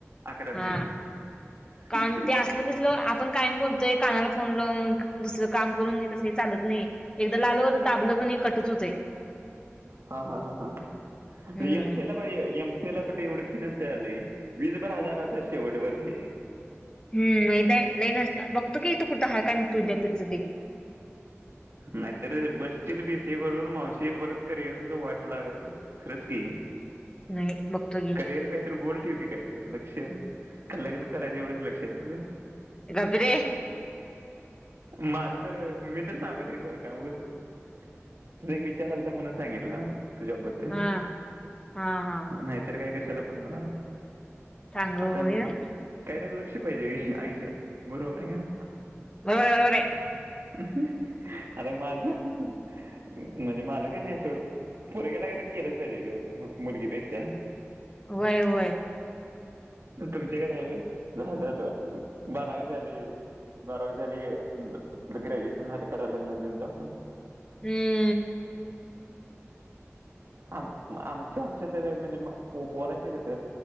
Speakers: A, on the right; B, on the left.
A: अकरा मिनीट
B: हा
A: हं.
B: कान
A: हं
B: ते तसलं आपण कायम बोलतोय कानाला फोन लावून दुसरं काम करून तसं हे चालत नाही एकदा लालवर दाबलं कणी कटच होतय
A: हा हा हा ह ह
B: हम्म
A: बी एम केलात होय एम सी ला कुठे एवढी फी नसत्या लई जेणेकरून हजारच हाय शेवट वर्षाची
B: हम् माहीत आहे लई नसत्या बघतो की इथं कुठं आहे काय मुक्तविद्यापीठचं ते
A: नाहीतर बसशील बी सी ए करून मावशी परत करिअर वाट लागायच खरंच की
B: नाही बघतो की
A: करियर काय तर गोल ठेव की काय तर लक्ष का लग्न करायचं एवढंच लक्ष आहे तुझ
B: गप रे
A: माझं तर मी तर चावट हाय बर का उगच तुझा एक विचार आलता म्हणून सांगितला हा तुझ्याबद
B: हा हा हा
A: नाहीतर काय कशाला फोन झाला
B: सांगू
A: आता बघ काहीतरी लक्ष पाहिजे आयुष्यात बरोबर आहे का नाही
B: होय बरोबर आहे
A: हं. हं. हं. आता माझं ह ह म्हणजे माझं काय नाही सोड फोरं केला काही तर केलंच पाहिजे का मुलगीपेक्षा
B: व्हय व्हय
A: तुमच्याकडे झालं बारावी झाली बारावी झाली ग्रॅज्युएशन झाले करायला लग्न देऊन टाकून
B: हम्म
A: आम आमच्या आमच्या तर म्हणजे पोरांचे कस